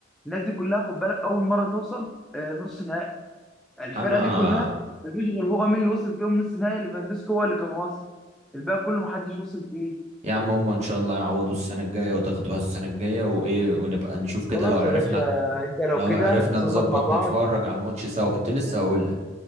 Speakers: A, in the centre; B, on the right.
A: الناس دي كلها خد بالك اول مره توصل آه، نص نهائي الفرقه
B: انا
A: دي كلها مفيش غير هو مين اللي وصل فيهم نص نهائي ليفاندوسكي هو اللي كان واصل الباقي كله محدش وصل فيه
B: يا عم هم ان شاء الله يعوضوا السنة الجاية وتاخدوها السنة الجاية وايه ونبقى نشوف كده
A: خلاص
B: لو عرفنا
A: يا باشا انت لو
B: لو
A: كده
B: عرفنا
A: نظبط
B: نظبط
A: مع بعض
B: نتفرج على الماتش سوا كنت لسه هقول لك